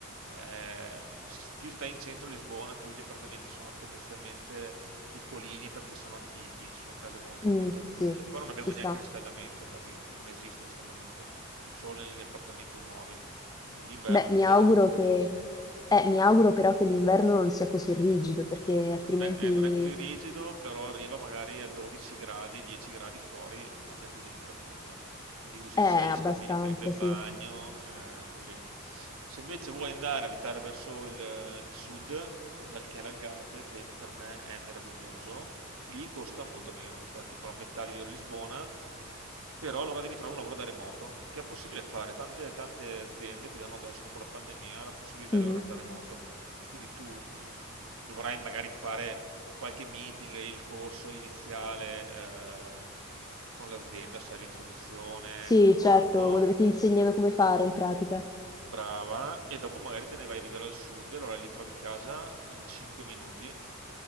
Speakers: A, on the right; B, on the left.
A: Ehm, se più stai in centro a Lisbona, più gli appartamenti sono tendenzialmente piccolini perché sono antichi, sono case molto
B: Mm,
A: molto antiche.
B: sì,
A: Qua non abbiamo
B: ci sta.
A: neanche riscaldamento, per dirti, non esiste riscaldamento, solo negli appartamenti nuovi. Quindi d'inverno
B: Beh,
A: è
B: mi
A: freddo
B: auguro
A: dentro
B: che...
A: casa.
B: eh, mi auguro però che l'inverno non sia così rigido, perché altrimenti
A: Non è, eh, non è così rigido, però arriva magari a 12 gradi, 10 gradi fuori, immaginati dentro, è freddo. Quindi usi,
B: è
A: sai, gli
B: abbastanza,
A: scaldini, quelli per il
B: sì.
A: bagno, eh, così. Se invece vuoi andare a abitare verso il, il sud, l'Al- che è l'Algarve, che per me è meraviglioso, lì costa molto meno, costa tipo la metà di vivere a Lisbona, però allora devi trovare un lavoro da remoto, che è possibile fare. Tante, tante aziende ti danno adesso, dopo la pandemia, la possibilità
B: Mhm.
A: di lavorare da remoto. Quindi tu ehm, dovrai magari fare qualche meeting, il corso iniziale eh, con l'azienda, sai, l'introduzione,
B: Sì,
A: tutto quanto.
B: certo, dove ti insegnano come fare in pratica.
A: Brava, e dopo magari te ne vai a vivere al sud, e allora lì trovi casa in 5 minuti